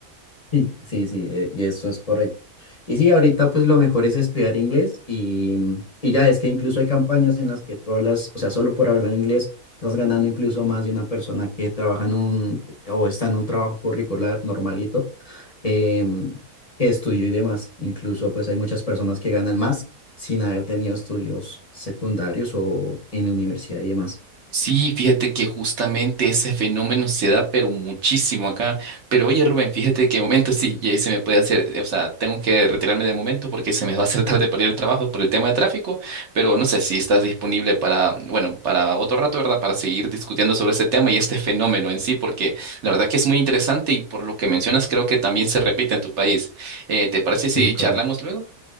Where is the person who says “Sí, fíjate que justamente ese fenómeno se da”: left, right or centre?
Right